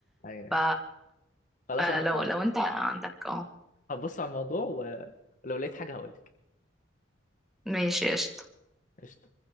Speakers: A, on the left; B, in the centre.
A: ايوه أيوة.
B: ف
A: خلاص
B: فلو
A: انا
B: لو انت عندك اه
A: هبص على الموضوع ولو لقيت حاجة هقولك
B: ماشي قشطه
A: قشطة